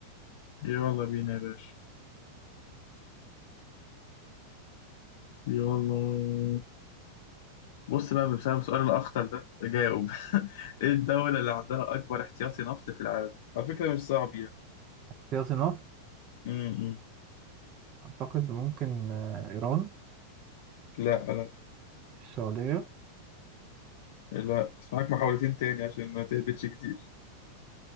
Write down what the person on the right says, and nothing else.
سياسي نفط
أعتقد ممكن آه، إيران
السعودية